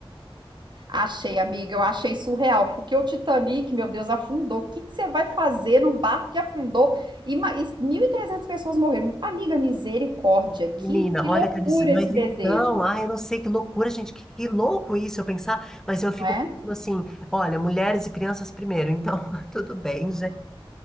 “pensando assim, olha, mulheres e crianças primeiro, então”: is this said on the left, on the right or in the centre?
Centre